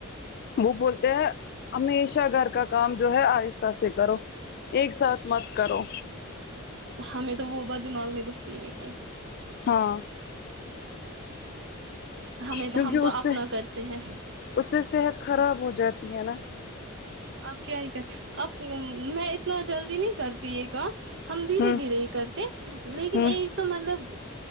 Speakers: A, on the left; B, on the right.
A: وہ بولتے ہیں ہمیشہ گھر کا کام جو ہے آہستہ سے کرو ایک ساتھ مت کرو
B: ہمیں تو وہ بات دماغ میں گھستی ہی نہیں ہے
A: ہاں
B: ہمیں
A: کیونکہ
B: ہم
A: اس
B: تو اپنا
A: سے
B: کرتے ہیں
A: اس سے صحت خراب ہو جاتی ہے نا
B: اب کیا ہی کر اب میں اتنا جلدی نہیں کرتی یہ کا ہم دھیرے
A: ہوں
B: دھیرے ہی کرتے لیکن
A: ہوں
B: ایک تو مطلب